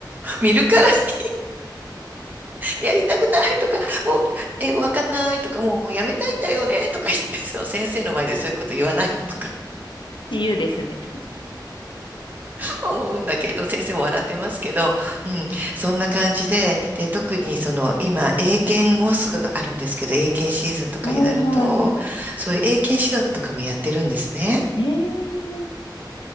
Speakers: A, on the right; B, on the left.
A: <laughs> 見るから <laughs> やりたくないとか、もう英語わかんないとか、もうやめたいんだよねとか言って、その先生の前でそういうこと言わないのとか。
B: 自由ですね。
A: <laughs> 思うんだけど、先生も笑ってますけど、うん、そんな感じで、で、特にその今、英検もうすぐあるんですけど、英検シーズンとかになると、
B: はいはいは
A: そういう英検指導とかもやってるんですね。
B: いええ